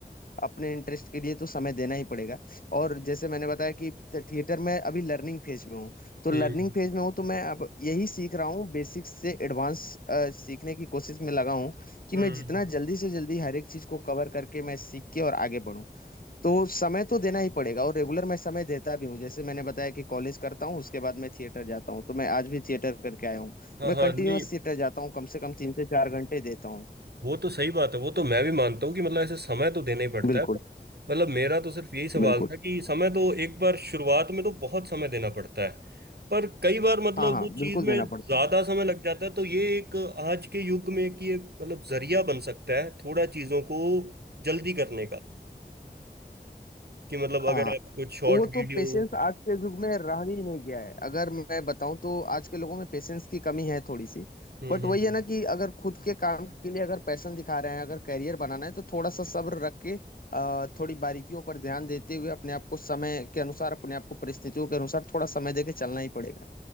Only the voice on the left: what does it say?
अपने इंटरेस्ट के लिए तो समय देना ही पड़ेगा और जैसे मैंने बताया कि थिएटर में अभी लर्निंग फेज में हूँ तो
लर्निंग फेज में हूँ तो मैं अब यही सीख रहा हूँ बेसिक्स से एडवांस सीखने की कोशिश में लगा हूँ कि
मैं जितना जल्दी से जल्दी हर एक चीज को कवर करके मैं सीख के और आगे बढ़ूँ तो समय तो देना ही पड़ेगा और रेगुलर मैं समय देता भी हूँ जैसे मैंने बताया कि कॉलेज करता हूँ उसके बाद मैं थिएटर जाता हूँ तो मैं आज भी थिएटर करके आया हूँ तो
मैं
कंटिन्यूअस
थिएटर जाता हूँ कम से कम तीन से चार घंटे देता हूँ
बिल्कुल
बिल्कुल
हाँ हाँ
बिल्कुल
देना
पड़ता
है
हाँ
वो तो
पेशेंस आज के युग में रह ही नहीं गया है अगर मैं बताऊं तो आज के लोगों में पेशेंस की कमी है थोड़ी सी
बट
वही
है ना कि अगर खुद के काम के लिए अगर पैशन दिखा रहे हैं अगर करियर बनाना है तो थोड़ा सा सब्र रख के अ, थोड़ी बारीकियों पर ध्यान देते हुए अपने आप को समय के अनुसार अपने आप को परिस्थितियों के अनुसार थोड़ा समय देके चलना ही पड़ेगा